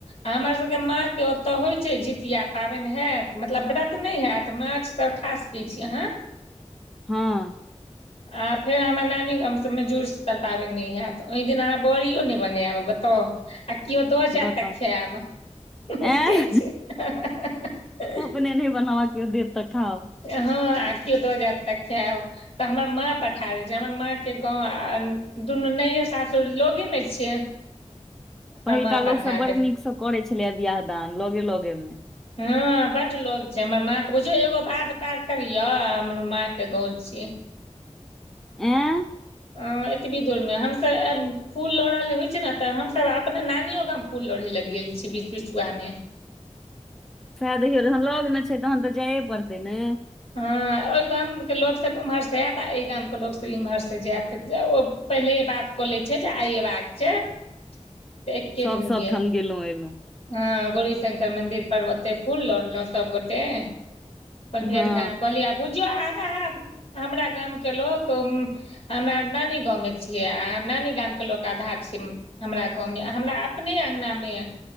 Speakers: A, on the left; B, in the centre.
A: हमरा सबके माँके ओतऽ होइत छै जितिया पाबनि होयत मतलब व्रत नहि होयत माछसभ खास ठीक छी अहाँ
B: हँ
A: आ फेर हमर नानी गाम हमसभमे जुड़ शीतल पाबनि नहि हैत ओहिदिन अहाँ बड़िओ नहि बनायब बताउ केओ दऽ जायत
B: बताउ
A: तक खायब
B: एं
A: छै ह <unintelligible>
B: अपने नहि बनाबऽ कियो देत तऽ खाउ।
A: हँ आ कियो दो जात तक खेब हमर माँ पठा दैत छै हमर माँके गाँव आ दुनू नैहर सासुर लगेमे छियै <inaudible>
B: पहिलका
A: माँ
B: लोक
A: पठा
B: सब बड़
A: दै
B: नीकसँ करे छलैए बियाह दान लेगे लेगे मे
A: हँ बड लोग छै हमर माँ के बुझिय एगो बाध पार करिय हमर माँ के गाँव छीयै।
B: एँ
A: ह <inaudible> एतबी दूरमे हम सभ फूल लोड़ल जे होइ छै ने तऽ हमसभ अपना नानियो गाम फूल लोढ़े ल गेल छी बीच बीच चुआ मे
B: सएह देखियौ जखन लगमे छै, तहन तऽ जाइए पड़तै ने।
A: ह, ओहि गामके लोग सभ उम्हर से आयत आ ई गामके लोग सभ इम्हरसँ जायत ओ पहिले बात कऽ लै छै जे आइ अयबाक छै। तऽ एक्के
B: सभ
A: दिन
B: सभ
A: गेल
B: ठाम गेलहुँ एलहुँ।
A: हँ, गौरी शंकर मंदिर पर ओते फूल लोड़लहुं सभगोटे। अपन भेट
B: हँ
A: घाट कऽ लिय आ बुझियौ आधा हमरा गामके लोक। हमरा नानी गावमे छियै आ नानी गामके लोक आधा छै। हमरा गावमे हमरा अपने आंगनामे